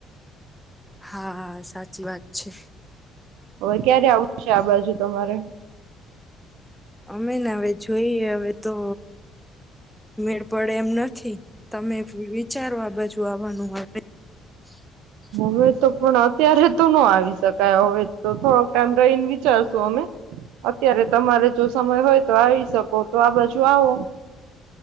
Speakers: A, in the centre; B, on the right.
A: હા, સાચી વાત છે.
B: હવે ક્યારે આઉં છે આ બાજુ તમારે?
A: અમે ને હવે જોઈએ હવે તો મેળ પડે એમ ન થી તમે ફીવી ચારો આ બાજુ આવાનું હોય <unintelligible>
B: હવે તો પણ અત્યારે તો નો આવી શકાય હવે તો થોડોક ટાઈમ રહીને વિચારશું અમે અત્યારે તમારે જો સમય હોય તો આવી શકો તો આ બાજુ આવો.